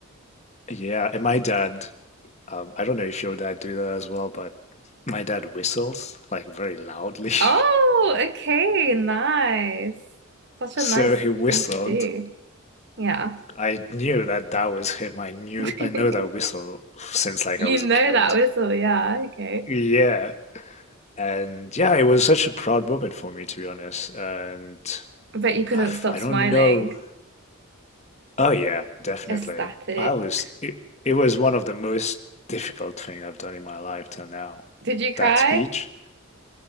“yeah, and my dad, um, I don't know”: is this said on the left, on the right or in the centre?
Left